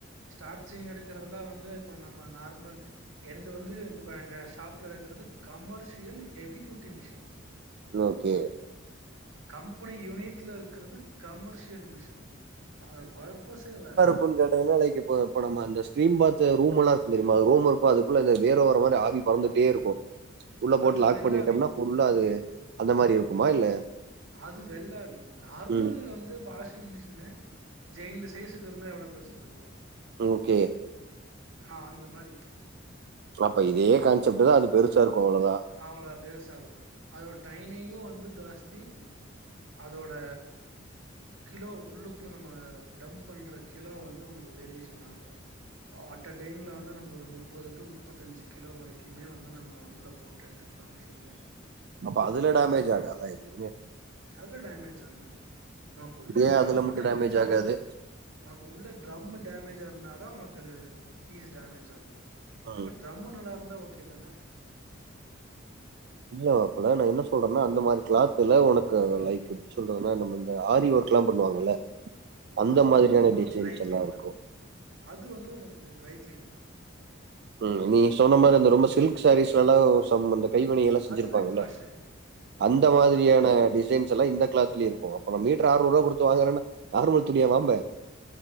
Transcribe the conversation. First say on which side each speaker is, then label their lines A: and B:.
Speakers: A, on the right (about 85°); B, on the right (about 55°).
A: ஸ்டார்ச்சிங் எடுக்கறதலா வந்து இப்ப நம்ம நார்மல் எந்து வந்து இப்ப எங்க ஷாப்ல இருக்கிறது commercial heavy duty machine
B: no okay
A: company யூனிட்ல இருக்கிறது கமர்ஷியல் மிஷின் அத பர்பசே வேற
B: ஃபோன் கேட்டதுமே லைக் இப்ப இப்ப நம்ம அந்த ஸ்ட்ரீம் பாத்து ரூம் எல்லா இருக்கு தெரியுமா ரூம் இருக்கு அதுக்குள்ள இது வேற ஒரு மாரி ஆவி தொறந்துட்டே இருக்கு உள்ள போட்டு
A: அது
B: லாக்
A: வெள்ளாவி
B: பண்ணிட்டம்னா ஃபுல்லா அது அந்த மாரி இருக்குமா இல்ல
A: அது வெள்ளாவி நார்மல்
B: ம்
A: வந்து வாஷிங் மிஷினு ஜெயின்ட் சைஸுக்கு இருந்தா எவ்ளோ பெருசு இருக்கு
B: ஓகே
A: ஆ அந்த மாரி
B: அப்ப இதே கான்செப்ட்டு தா அது பெருசா இருக்கு அவ்ளோதா
A: அவ்ளதா பெருசா இருக்கு அதோட டைமிங்கு வந்து ஜாஸ்தி அதோட கிலோ உள்ளுக்குள்ள நம்ம டம்ப் பண்ற கிலோ வந்து உனக்கு வேரியேஷன் ஆகு அட்ட டைம்ல வந்து நம்ப ஒரு முப்பது டு முப்பத்தஞ்சு கிலோ வரைக்குமே வந்து நம்ம உள்ள போட் டு எடுத்துக்கலா மிஷின்ல
B: அப்ப அதுல
A: வேல
B: டேமேஜ்
A: சீக்கிர
B: ஆகாதா
A: நடக்கு
B: எதுவுமே
A: அதுல டேமேஜ் ஆகாது உனக்கு உள்ள
B: ஏன்
A: டிரம்
B: அதுல மட்டும்
A: டேமேஜ்
B: ஆகாது
A: ஆனா உனக்கு உள்ள ட்ரம் டேமேஜா இருந்தாதா உனக்கு பீஸ் டேமேஜ் ஆகு உனக்கு
B: ம்
A: ட்ரம்மு நல்லா இருந்தா ஓகே தானே
B: இல்ல மாப்பல நா என்ன சொல்றன்னா அந்த மாரி கிளாத்துல உனக்கு லைக் எப்டி சொல்றதுனா நம்ம இந்த ஆரி ஒர்க் கலா பண்ணுவாங்கல அந்த
A: அதுல
B: மாதிரியான
A: வந்து உனக்கு
B: டிசைன்ஸ்
A: ட்ரை கிளீன்
B: எல்லா இருக்கு
A: தா அது வந்து உனக்கு டிரை கிலீன் தா
B: ம் நீ சொன்ன மாரி அந்த ரொம்ப சில்க்ஸ் சாரீஸ்ல்லலா சம் அந்த கைவினை எல்லா செஞ்சிருப்பாங்கல்ல
A: அது வெட் வாஷு
B: அந்த மாதிரியான
A: அது வெட்
B: டிசைன்ஸ் எல்லா இந்த கிளாத் திலியே இருக்கு அப்போ நம் மீட்டர் ஆறுநுரூவா குடுத்து வாங்குரன நார்மல் துனியா வாங்குவ